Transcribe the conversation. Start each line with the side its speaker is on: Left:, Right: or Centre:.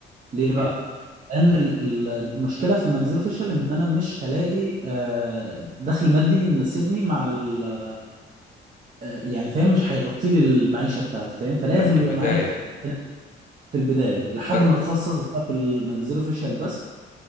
Right: ليه بقى
Left: مم.
Right: لان ال- ال- المشكله في الماجزيلو فيشيال ان انا مش هلاقي آه دخل مادي يناسبني مع ال آه يعني فاهم مش هيغطي لي المعيشه بتاعتي فاهم فلازم
Left: ده في
Right: يبقى
Left: البدايه
Right: معايا تخصص تاني في البدايه لحد
Left: فانت
Right: ما اتخصص بقى في الماجزيلو فيشيال بس